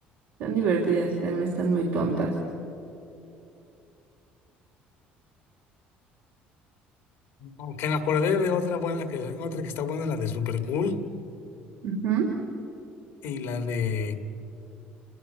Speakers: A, on the right; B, on the left.
A: están divertidas y también están muy tontas.
B: Aunque me acordé de otra buena que, otra que está buena, la de Super Cool
A: Ujú. <laughs>
B: y la de